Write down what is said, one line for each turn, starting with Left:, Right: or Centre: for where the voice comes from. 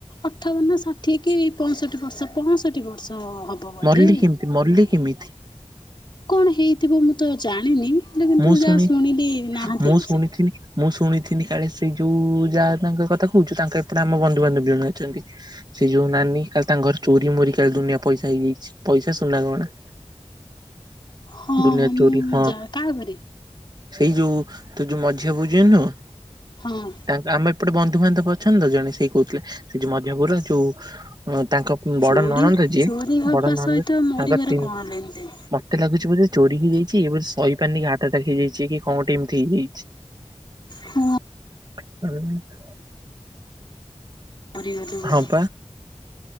Left: ଅଠାବନ ଷାଠିଏ କି ପଞ୍ଚଷଠିବର୍ଷ ପଞ୍ଚଷଠି ବର୍ଷ ହବ। ହବ ବୋଧେ
Right: ମରିଲି
Left: ମରିଗଲେ।
Right: କେମିତି ମରିଲି କେମିତି
Left: କଣ ହେଇଥିବ ମୁଁ ତ ଜାଣିନି ହେଲେ କିନ୍ତୁ
Right: ମୁଁ ଶୁଣି
Left: ଯାହା ଶୁଣିଲି ନାହାନ୍ତି
Right: ମୁଁ
Left: ଆଉ
Right: ଶୁଣିଥିଲି
Left: ସେ।
Right: ମୁଁ ଶୁଣିଥିନି କାଳେ ସେଇ ଯୋଉ ଯାହା ତାଙ୍କ କଥା କହୁଛୁ ତାଙ୍କ ଏପଟେ ଆମ ବନ୍ଧୁବାନ୍ଧବ ବି ଜଣେ ଅଛନ୍ତି ସେ ଯୋଉ ନାନୀ କାଲି ତାଙ୍କ ଘର ଚୋରି ମୋରି କାଲି ଦୁନିଆ ପଇସା ହେଇଯାଇଛି ପଇସା ସୁନା ଗହଣା।
Left: ହଁ
Right: ଦୁନିଆ
Left: ହଁ ମୁଁ
Right: ଚୋରି ହଁ
Left: ଯା କାହା ଘରେ?
Right: ସେଇ ଯୋଉ ତୁ ଯୋଉ ମଝିଆ ବୋଉ ଯେ ନୁହେଁ
Left: ହଁ।
Right: ତା ଆମ ଏପଟେ ବନ୍ଧୁବାନ୍ଧବ ଅଛନ୍ତି ତ ଜଣେ ସେଇ କହୁଥିଲେ ସେ ଯେ ମଝିଆ ବୋଉ ର ଯୋଉ ତାଙ୍କ ବଡ
Left: ଚୋରି
Right: ନଣନ୍ଦ ଯିଏ
Left: ଚୋରି ହବା
Right: ବଡ ନଣନ୍ଦ
Left: ସହିତ ମରିବାର
Right: ତାଙ୍କର ତିନ
Left: କଣ ଲେନଦେନ?
Right: ମତେ ଲାଗୁଛି କିଛି ବୋଧେ ଚୋରି ହେଇଯାଇଛି ଇଏ ବୋଧେ ସହି ପାରିନିକି ହାର୍ଟ ଆଟାକ ହେଇଯାଇଛି କି କଣ ଏମିତି ହେଇଯାଇଛି।
Left: ହୁଁ
Right: <unintelligible>
Left: <inaudible> ମରିଗଲେ ବୋଲି।
Right: ହଁ ପା